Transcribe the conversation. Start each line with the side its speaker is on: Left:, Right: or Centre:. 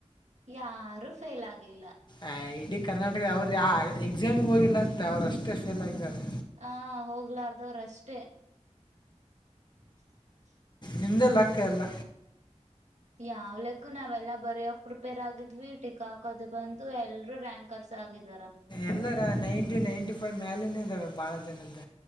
Right: ಯಾರು ಫೇಲ್ ಆಗಿಲ್ಲ
Left: ಆ ಇಡೀ ಕರ್ನಾಟಕದ ಅವರು ಯ ಎಕ್ಸಾಮಗೆ ಹೋಗಿಲ್ಲ ಅಂತ ಅವ್ರು ಅಷ್ಟೇ ಫೇಲ್ ಆಗಾರೆ
Right: ಹಾ ಹೋಗ್ಲಾರ್ದವ್ರ ಅಷ್ಟೇ <inaudible>
Left: ನಿಮ್ದೆ ಲಾಖ ಅಲ್ಲ
Right: ಯಾವ್ಲಗೂ ನಾವೆಲ್ಲಾ ಬರಯಕ್ ಪ್ರಿಪೇರ್ ಆಗಿದ್ವಿ ಟಿಕಾಕ ಅದು ಬಂದು ಎಲ್ರುೂ ರ್ಯಾಂಕರ್ಸ್ ಾಗಿದಾರಾ
Left: ಎಲ್ಲಾರ ನೈನ್ಟಿ ನೈನ್ಟಿ ಫೈವ್ ಮ್ಯಾಲನ ಇದ್ದಾವೆ ಬಾಳ ಜನದ್ದ